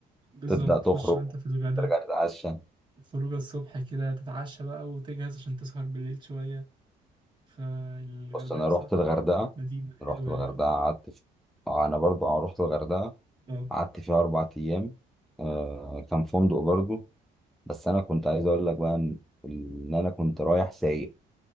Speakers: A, on the right; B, in the centre.
A: بالظبط
B: وتبدأ تخرج
A: تخش بقى انت في الغدا
B: ترجع تتعشى
A: خروجه الصبح كده تتعشى بقى وتجهز عشان تسهر بالليل شويه فالغردقه
B: بص أنا
A: بصراحه
B: رحت الغردقة
A: مدينه حلوه
B: رحت الغردقة
A: يعني اه
B: قعدت في... آه، أنا برضو رحت الغردقة
A: آه.
B: قعدت فيها أربع أيام آه كان فندق برضو بس أنا كنت عايز أقول لك بقى إن إن أنا كنت رايح سايق